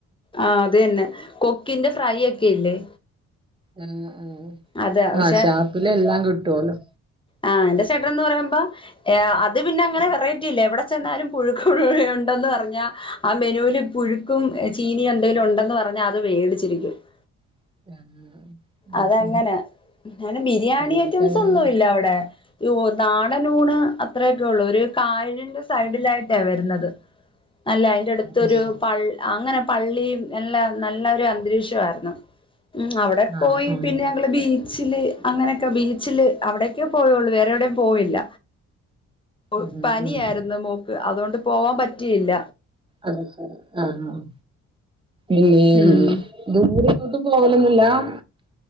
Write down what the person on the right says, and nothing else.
ആഹ് ആഹ്
ആഹ് ഷാപ്പില് എല്ലാം കിട്ടുവല്ലോ
<inaudible>
ശരി
ചെലോൽക്ക്
അതൊന്നും
ഇഷ്
ആഹ്
ആഹ് ആഹ്
ആഹ്
ആഹ് ആഹ്
അത്ശരി ആഹ് ആഹ് ഇല്ല്യം
ദൂരെങ്ങോട്ടും പോകലൊന്നുല്ലാം